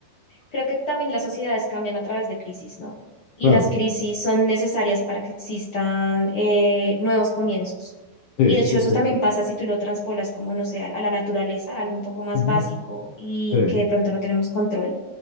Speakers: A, on the left; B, on the left.
A: creo que también las sociedades cambian a través de crisis, ¿no? Y
B: Claro,
A: las crisis son necesarias para que existan eh, nuevos comienzos.
B: sí,
A: Y de hecho
B: sí,
A: eso también pasa si tú lo transpolas como, no sé, a a la naturaleza, algo un poco más
B: sí.
A: básico y
B: Sí,
A: que de pronto no tenemos control